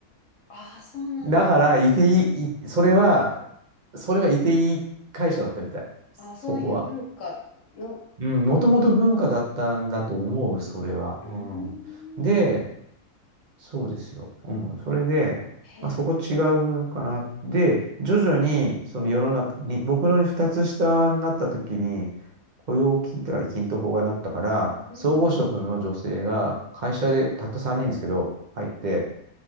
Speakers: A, on the left; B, on the right.
A: あー、そうなんです。
B: だから、いていい、いそれは、それはいていい会社だったみたい。
A: あ、そういう文化の、
B: そこは。うん、もともと文化だったんだと思う、
A: こ
B: それは。
A: うーん、
B: うん。で、そうですよ。うん。それで、
A: へえ、
B: まあ、そこ違うかな。で、徐々に、その世の中に、
A: うん、
B: 僕の二つ下になった時に、雇用機会均等法がなったから、
A: うん、
B: 総合職の女性が会社でたった3人ですけど、入って、
A: うん。